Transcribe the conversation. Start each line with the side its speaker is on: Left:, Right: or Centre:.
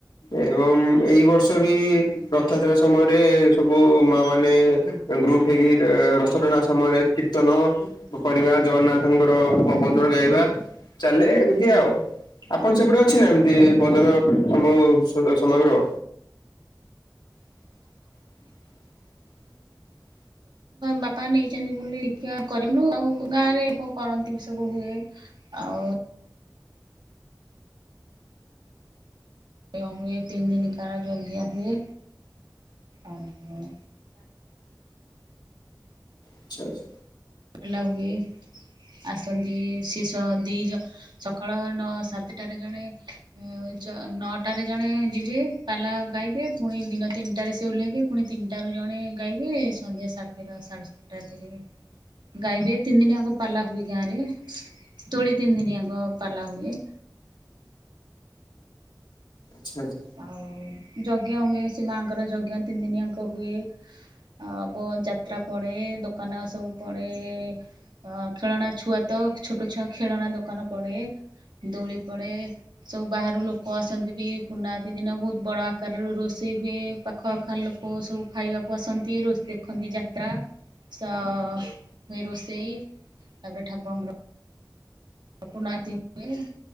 Left: ଏବଂ ଏଇ ବର୍ଷ ବି ରଥଯାତ୍ରା ସମୟରେ ସବୁ ମା ମାନେ ଗ୍ରୁପ ହେଇକି ରଥ ଟଣା ସମୟରେ କିତନ ଫୋପାଡିବା ଜଗନ୍ନାଥଙ୍କର ପବତ୍ର ଗାଇବା ଚାଲେ ଏମିତି ଆଉ। ଆପଣ ସେପଟେ ଅଛି ନା ଏମିତି ଭଜନ ସମ ସମଗ୍ର <unintelligible>
Right: ବାପା ନେଇଛନ୍ତି ବୋଲି ଶିକ୍ଷା କରିବନୁ ଆଉ ଗାଁ ରେ କଣ କରନ୍ତି ସବୁ ହୁଏ। ଆଉ <unintelligible> ହୁଏ ତିନ ଦିନିକ ଜଗିଆ ହୁଏ ଆଉ
Left: ଆଚ୍ଛା ଆଚ୍ଛା।
Right: ପିଲ ହୁଏ ଆସନ୍ତି ଶିଷ ଦୁଇଜ ସକାଳ ନଅ ସାତଟାରେ ଜଣେ ଆଉ ଜ ନଅଟାରେ ଜଣେ ଯିବେ ପାଲା ଗାଇବେେ ପୁଣି ଦିନ ତିନିଟାରେ ସେ ଓହ୍ଲେଇବେ। ପୁଣି ତିନିଟାରୁ ଜଣେ ଗାଇବେ ସନ୍ଧ୍ୟା ସାତଟା ସାଢ଼େ ସାତଟା ଏତେ ଯିବେ ଗାଈବେ ତିନି ଦିନିଆଙ୍କ ପାଲା ହୁଏ ଗାଁରେ ତୋଳି ତିନି ଦିନିଆଙ୍କ ପାଲା ହୁଏ।
Left: ଆଚ୍ଛା ଆଚ୍ଛା।
Right: ଆଉ ଯଜ୍ଞ ହୁଏ ସେ ମାଆଙ୍କର ଯଜ୍ଞ ତିନି ଦିନିଆଙ୍କ ହୁଏ। ଆ ବ ଯାତ୍ରା ପଡେ ଦୋକାନ ସବୁ ପଡେ। ଅ ଖେଳଣା ଛୁଆ ତ ଛୋଟ ଛୁଆ ଖେଳଣା ଦୋକାନ ପଡେ। ଦୋଳି ପଡ଼େ ସବୁ ବାହାରୁ ଲୋକ ଆସନ୍ତି ବି। ପୂର୍ଣ୍ଣାହୁତି ଦିନ ବହୁତ ବଡ଼ ଆକାରର ରୋଷେଇ ହୁଏ ପାଖ ଆଖ ଲୋକ ସବୁ ଖାଇବାକୁ କୁ ଆସନ୍ତି ରୋସ୍ ଦେଖନ୍ତି ଯାତ୍ରା ସ ହୁଏ ରୋଷେଇ। ତାପରେ ଠାକୁରଙ୍କର କୁନାତି ହୁଏ